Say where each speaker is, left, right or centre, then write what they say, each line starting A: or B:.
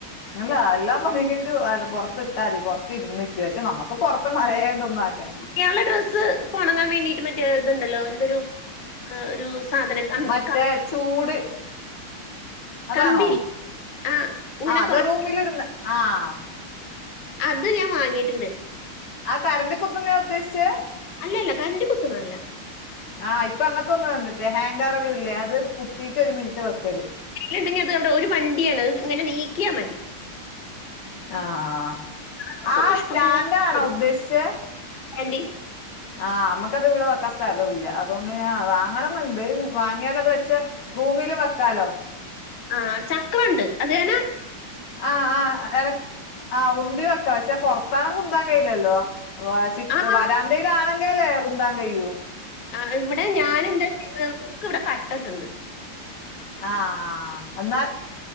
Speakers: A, on the left (about 80°); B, on the left (about 55°).
A: അല്ല എല്ലാ പണിയും കഴിഞ്ഞിട്ട് പുറത്തി ഇട്ടാ മതി പുറത്തി ഇരന്നൻ്റെ ശേഷം നമ്മക്ക് ക്ക് പൊറത്ത് മഴയണ്ട ഒന്ന ആക്കാൻ
B: കൾടെ ഡ്രസ്സ് ഇപ്പൊ ഉണങ്ങാൻ വേണ്ടിട്ട് മറ്റേ ഇതുണ്ടല്ലോ എന്തൊരു ഒരു എ ഒരു സാധനം കം-
A: മറ്റേ
B: കം-
A: ചൂട് അതാണോ
B: കമ്പിയില്ലേ ആ ഇങ്ങനെ
A: ആഹ് അത്
B: കുറെ
A: റൂമിലിടുന്നെ ആഹ്
B: അത് ഞാൻ വാങ്ങിയിട്ടുണ്ട്
A: ആഹ് കറണ്ടി കുത്തുന്നയ ഉദ്ദേശിച്ചെ
B: അല്ലല്ല കറണ്ടി കുത്തുന്നതല്ല
A: ആഹ് ഇപ്പൊ അങ്ങനത്തെ ഒന്ന് വന്നിട്ടേ ഹാങ്കറള്ള ഇല്ലേ അത് കുത്തിട്ട ഒരു മിനിറ്റ് വെക്കല്
B: കണ്ടെങ്കിൽ അത് അവിടെ ഒരു വണ്ടിയാണ് അത് ഇങ്ങെ നീക്കിയാ മതി
A: ആഹ്
B: ഡ്രസ്സൊക്കെ
A: ആഹ്
B: ഇഷ്ടംപോലെ
A: സ്റ്റാൻഡ് ആണോ
B: ഇടാം.
A: ഉദ്ദേശിച്ചെ
B: ആൻറ്റി,
A: ആഹ് നമുക്കത് ഇവിടെ വക്ക സ്ഥലവും ഇല്ല അതുകൊണ്ട് ഞാൻ വാ വാങ്ങണന്നുണ്ട് വാങ്ങിയാൽ അത് വെച്ച് റൂമിലും വെക്കാലോ
B: ആഹ് ചക്രുണ്ട് അതുകാണം
A: ആഹ് ആഹ് എനക്ക് ആഹ് ഉന്തി വെക്ക പക്ഷേ പോറത്ത് ണെങ്ക ഉന്താൻ കഴിയില്ലല്ലോ വാ സി
B: ആ
A: വരാന്തയിലാണെങ്കല്ലേ ഉന്താൻ കഴിയു
B: ആഹ് ഇവിടെ ഞൻ എന്താക്ക് <inaudible> ഇവിടെ തട്ടിട്ടുണ്ട്
A: ആഹ് ആഹ് എന്നാൽ